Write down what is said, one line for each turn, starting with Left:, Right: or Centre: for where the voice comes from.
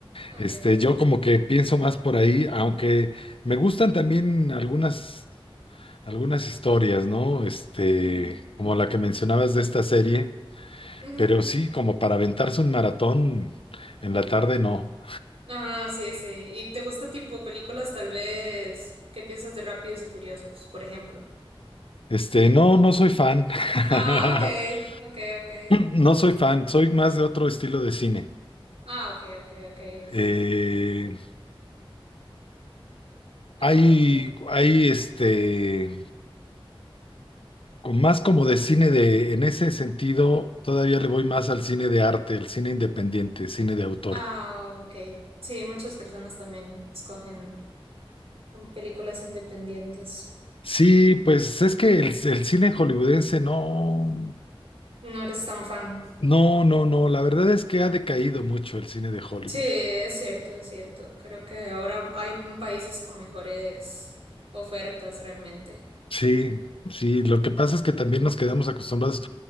Right: okay,
Left: Este, yo como que pienso más por ahí, aunque me gustan también algunas Algunas historias, ¿no? Este,
Right: mm,
Left: como la que mencionabas de esta serie,
Right: ujú.
Left: pero sí, como para aventarse un maratón en la tarde, no.
Right: Ah, sí, sí. ¿Y te gusta tipo películas tal vez? ¿Qué piensas de Rápidos y Furiosos, por ejemplo?
Left: Este, no, no soy fan. <laughs>
Right: Ah, okay, okay, okay,
Left: No soy fan, soy más de otro estilo de cine.
Right: ah, okay, okay, okay.
Left: Eh,
Right: Ah,
Left: hay,
Right: ok.
Left: hay este, con- más como de cine de, en ese sentido, todavía le voy más al cine de arte, al cine independiente, cine de autor.
Right: Ah, ok. Sí, muchas personas también escogen con películas independientes.
Left: Sí, pues es que el, el cine hollywoodense no.
Right: No eres tan fan.
Left: No, no, no, la verdad es que ha decaído mucho el cine de Hollywood.
Right: Sí, es cierto, es cierto. Creo que ahora hay países con mejores ofertas realmente.
Left: Sí, sí, lo que pasa es que también nos quedamos acostumbrados